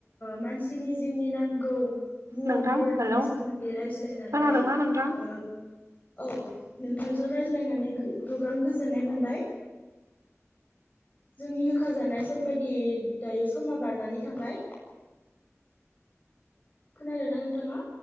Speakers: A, on the left; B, on the right.
A: मानसिनि जिउनि नांगौ मुवाफोरनि
B: नोंथां हेलौ
A: सोमोन्दै रायज्लायनानै
B: खोनादोंना नोंथां
A: ओ औ नोंथांजों रायज्लायनानै गोबां गोजोननाय मोनबाय जोंनि होखाजानाय सम बायदि दायो समा बारनानै थांबाय खोनादों ना नोंथाङा